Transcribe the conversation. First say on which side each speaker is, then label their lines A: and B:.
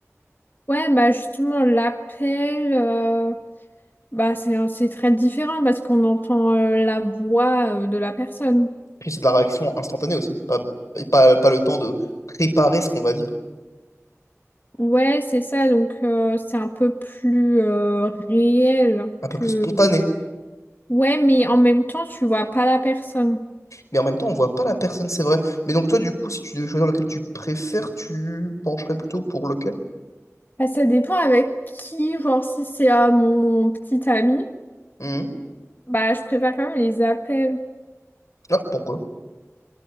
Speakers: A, on the left; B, on the left.
A: Ouais, bah justement, l'appel. euh, Bah, c'est, c'est très différent parce qu'on entend euh, la voix euh, de la personne.
B: Puis c'est de la réaction instantanée aussi. Pas, et pas, pas le temps de préparer ce qu'on va dire.
A: Ouais, c'est ça, donc euh, c'est un peu plus euh, réel
B: Un peu
A: que...
B: plus spontané.
A: Ouais, mais en même temps, tu vois pas la personne.
B: Mais en même temps, on voit pas la personne, c'est vrai. Mais donc, toi, du coup, si tu devais choisir lequel tu préfères, tu pencherais plutôt pour lequel?
A: Bah, ça dépend avec qui, genre si c'est à mon, mon petit ami,
B: Hmm
A: bah je préfère quand même les appels.
B: Ah, pourquoi?